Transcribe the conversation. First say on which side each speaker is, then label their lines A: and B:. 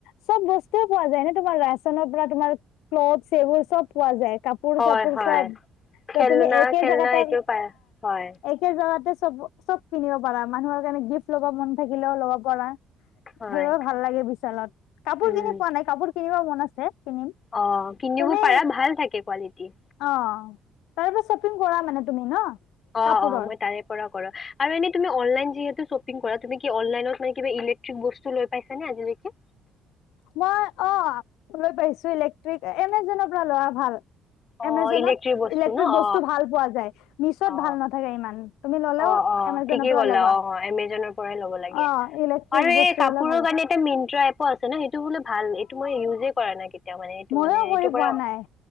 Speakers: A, on the left; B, on the left.
A: চব ব্তু পোৱা যায় ন তোমাৰ ৰাচনৰ পৰা তোমাৰ ক্লথছ এইবোৰ চব পোৱা যায়। কাপোৰ
B: হয়
A: চাপোৰ
B: হয়
A: চব
B: খেলনা
A: ত তুমি একে
B: খেলনা
A: জ ত
B: এইটো পাই হয়
A: একে তাতে চব চব কিনিব পাৰা মানুহৰ কাৰণে গিফ্ট লব মন থাকিলেও ল'ব পাৰা
B: হয়
A: সেইবাবে ভাল লাগে বিশালত কাপোৰ
B: উম
A: কিনি পোৱা নাই কাপোৰ কেতিবা মন আছে কিনিম
B: অ কিনিব
A: তুমি
B: পাৰা ভাল থাকে কোৱালিটি
A: অ তাৰ পৰা শ্বপিং কৰা মানে তুমি ন
B: অ
A: কাপোৰৰ
B: অ মই তাৰে পৰা কৰো আৰু এনলাইন তুমি ইয়তে শ্বপিং কৰা তুমি অনলাইনত গৈ পিনে ইলেকট্ৰিক বস্তু লৈ পাইছানে আজিলেকে
A: মই অ লৈ পাইছো ইলেক্ট্ৰিক এমেজনৰ পৰা লৰা ভাল
B: অ
A: এমাজত
B: ইলেক্ট্ৰিক বস্তু
A: ইলেক্ট্ৰিক
B: ন অ
A: বস্তু ভাল পোৱা যায় মিছত
B: অ
A: ভাল নাথাকে ইমান তুমি ললেও
B: অ অ
A: এমেজনৰ
B: ঠিকে
A: পৰা
B: কলা
A: ল'বা
B: অ অ এমজনৰ পৰাই ল'ব লাগে
A: অ ইলেক্ট্ৰিক
B: আৰু
A: বস্তুবিলাক
B: এই কাপোৰৰ
A: ভাল
B: কাৰণে এটা মিট্ৰা এপো আছে ন সেইটো বলে ভাল এইটো মই ইউজে কৰা নাই কেতিয়াও মানে এইটো
A: ময়ও
B: মানে এইটোৰ
A: কৰি
B: পৰা
A: পোৱা নাই।